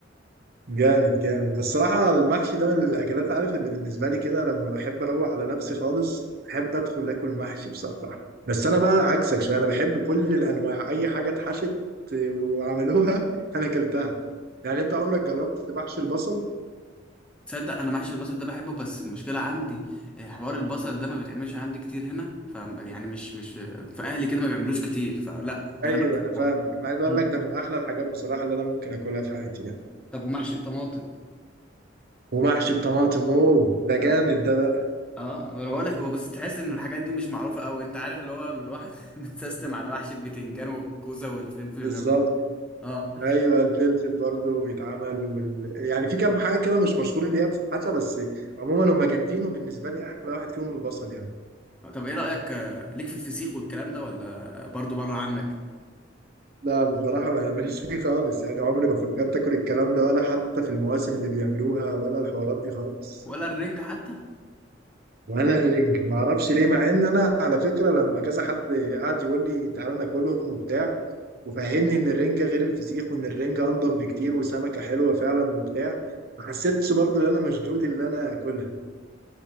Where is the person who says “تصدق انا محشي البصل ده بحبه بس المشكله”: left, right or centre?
Centre